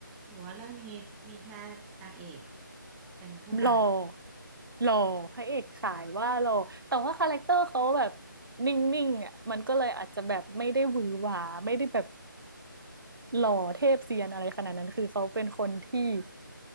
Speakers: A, in the centre; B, on the right.
A: หรือว่าเรื่องนี้มีแค่นางเอกเป็นผู้น
B: <laughs> หล่อหล่อพระเอกขายว่าหล่อแต่ว่าคาแรคเตอร์เขาแบบนิ่งๆอ่ะมันก็เลยอาจจะแบบไม่ได้หวือหวาไม่ได้แบบหล่อเทพเซียนอะไรขนาดนั้นคือเขาเป็นคนที่
A: ำอ่า